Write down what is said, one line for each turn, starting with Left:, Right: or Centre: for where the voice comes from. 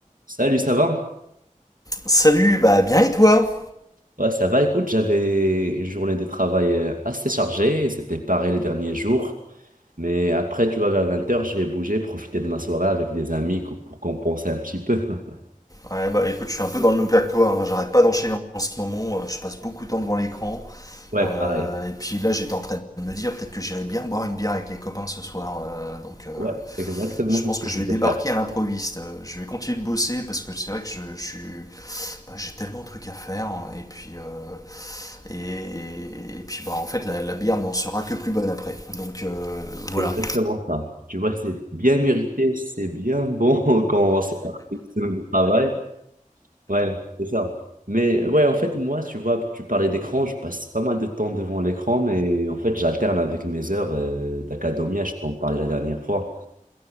Right: Salut, ça va?
Left: Salut, bah bien et toi?
Right: Ouais, ça va. Écoute, j'avais une journée de travail euh, assez chargée. C'était pareil les derniers jours. Mais après, tu vois, vers vingt heures, je vais bouger, profiter de ma soirée avec des amis co- pour compenser un petit peu. <laughs>
Left: Ouais, bah écoute, je suis un peu dans le même cas que toi, hein. J'arrête pas d'enchaîner en ce moment, euh, je passe beaucoup de temps devant l'écran.
Right: Ouais,
Left: Euh,
Right: pareil.
Left: et puis là, j'étais en train de me dire peut-être que j'irai bien boire une bière avec les copains ce soir. euh, donc euh,
Right: Ouais, exactement
Left: je
Right: c'est
Left: pense
Right: ce que
Left: que
Right: je
Left: je
Right: vais
Left: vais débarquer
Right: faire.
Left: à l'improviste. Euh, je vais continuer de bosser parce que c'est vrai que je, je suis, bah, j'ai tellement de trucs à faire. hein. Et puis, euh, et, et puis bah, en fait, la, la bière n'en sera que plus bonne après. Donc euh,
Right: C'est
Left: voilà.
Right: exactement ça. Tu vois, c'est bien mérité, c'est bien bon <laughs> quand on sort une semaine de travail. Ouais, c'est ça. Mais ouais, en fait, moi, tu vois, tu parlais d'écran, je passe pas mal de temps devant l'écran, mais en fait, j'alterne avec mes heures euh, d'académia, je t'en parlais la dernière fois.